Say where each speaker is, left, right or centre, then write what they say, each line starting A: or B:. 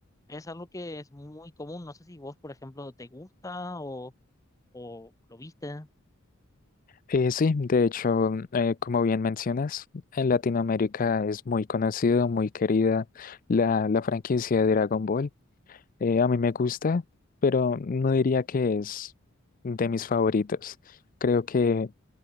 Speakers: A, on the left; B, on the left.
A: Es algo que es muy común. No sé si vos, por ejemplo, te gusta o o lo viste.
B: Eh, sí, de hecho, eh, como bien mencionas, en Latinoamérica es muy conocido, muy querida la, la franquicia de Dragon Ball. Eh, a mí me gusta, pero no diría que es de mis favoritos. Creo que